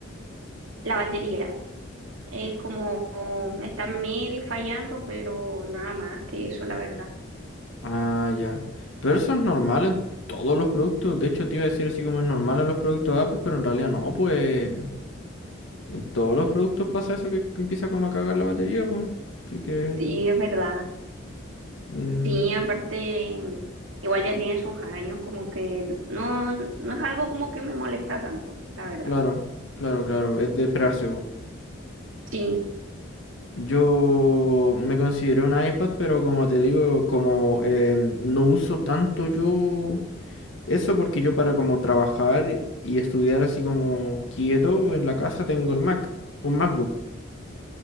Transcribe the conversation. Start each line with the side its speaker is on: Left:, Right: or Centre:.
Right: la batería es como, está medio fallando, pero nada más que eso, la verdad.
Left: ah, ya. Pero eso es normal en todos los productos, de hecho te iba a decir así como es normal en los productos Apple, pero en realidad no, pues... En todos los productos pasa eso que, que empieza como a cagar la batería, pues. Así que,
Right: Sí, es verdad.
Left: mm,
Right: Sí, aparte, em, igual ya tiene sus años, como que no, no es algo como que me molesta tanto, la verdad.
Left: claro, claro, claro, es de esperarse, pues.
Right: Sí,
Left: Yo me consideré un iPad, pero como te digo, como em, no uso tanto yo eso, porque yo para como trabajar y estudiar así como quieto en la casa tengo el Mac, un MacBook.